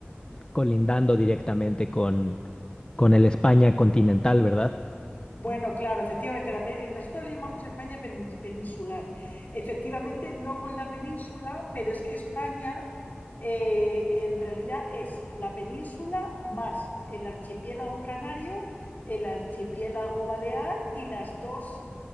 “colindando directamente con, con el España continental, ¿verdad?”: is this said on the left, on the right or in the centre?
Left